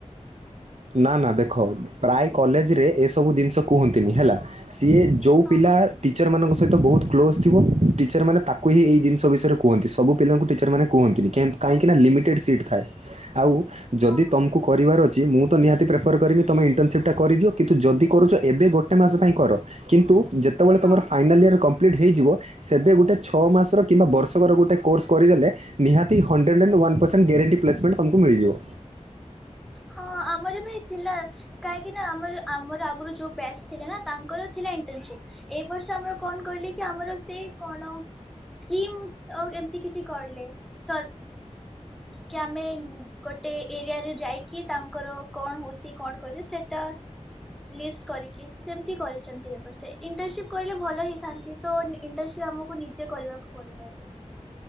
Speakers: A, on the right (about 60°); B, in the centre.
A: ନା ନା ଦେଖ ପ୍ରାୟ କଲେଜରେ ଏସବୁ ଜିନିଷ କୁହନ୍ତିନି ହେଲା ସିଏ ଯୋଉଁ
B: ହଁ
A: ପିଲା ଟିଚର ମାନଙ୍କ ସହିତ ବହୁତ କ୍ଲୋଜ୍ ଥିବ ଟିଚର ମାନେ ତାକୁ ହିଁ ଏହି ଜିନିଷ ବିଷୟରେ କୁହନ୍ତି ସବୁ ପିଲାଙ୍କୁ ଟିଚର ମାନେ କୁହନ୍ତିନି କେ କାହିଁକି ଲିମିଟେଡ଼୍ ସିଟ୍ ଥାଏ ଆଉ ଯଦି
B: ହଁ ହଁ
A: ତୁମକୁ କରିବାର ଅଛି ମୁଁ ତ ନିହାତି ପ୍ରେଫରର୍ କରିମି ତୁମେ ଇଣ୍ଟର୍ନସିପ୍ଟା କରିଦିଅ କିନ୍ତୁ ଯଦି କରୁଛ ଏବେ ଗୋଟେ ମାସ ପାଇଁ କର। କିନ୍ତୁ ଯେତେବେଳେ
B: ହଁ
A: ତମର ଫାଇନାଲ ଇୟର କମ୍ପ୍ଲିଟ୍ ହେଇଯିବ ସେବେ ଗୋଟେ ଛଅ ମାସର କିମ୍ବା ବର୍ଷକର ଗୋଟେ କୋର୍ସ କରିଦେଲେ ନିହାତି hundred one percent guarantee placement ତମକୁ ମିଳିିଯିବ।
B: ହଁ ଆମର ବି ଥିଲା କାହିଁକି ନା ଆମର ଆମର ଆଗରୁ ଯୋଉଁ ବ୍ୟାସ୍ ଥିଲେ ନା ତାଙ୍କର ଥିଲା ଇଣ୍ଟର୍ନସିପ୍। ଏଇ ବର୍ଷ ଆମର କଣ କିଲ କି ଆମର ସେ କଣ ସ୍କିମ୍ ଆ ଏମତି କିଛି କରିଲେ ସ କି ଆମେ ଗୋଟେ ଏରିଆରେ ଯାଇକି କି ତାଙ୍କର କଣ ହଉଛି କଣ କଛି ସେଇଟା ଲିଷ୍ଟ କରିକି ସେମତି କରିଛନ୍ତି ଏ ସେ ଇଣ୍ଟରନସିପ କରିଲେ ଭଲ ହେଇଥାନ୍ତା। ତ ଇଣ୍ଟରନସିପ ଆମକୁ ନିଜେ କରିବାକୁ ପଡିବ।